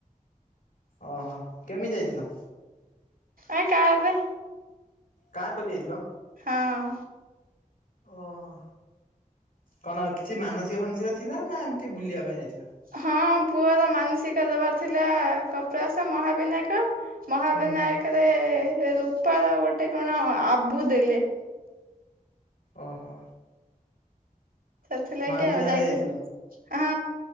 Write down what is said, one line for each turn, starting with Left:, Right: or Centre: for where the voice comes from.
Left: ଓହୋ କେମିତି ଯାଇଥିଲ?
Right: ଏଇ କାର ରେ
Left: କାର୍ କରି ଯାଇଥିଲ?
Right: ହଁ।
Left: ଓହୋ କଣ କିଛି ମାନସିକ ଫାନସିକ ଥିଲା ନା ଏମିତି ବୁଲିବା ପାଇଁ ଯାଇଥିଲା?
Right: ହଁ ପୁଅର ମାନସିକ ଦବାର ଥିଲା କପିଳାସ ମହାବିନାୟକ ମହାବିନାୟକରେ
Left: ହୁଁ
Right: ରୂପାର ଗୋଟେ କଣ ଆବୁ ଦେଲେ।
Left: ଓହୋ।
Right: ସେଥିଲାଗି
Left: ମହାବିନାୟକ
Right: ଆଉ ଯାଇଥିଲି
Left: ଯାଇଥିଲ?
Right: ହଁ।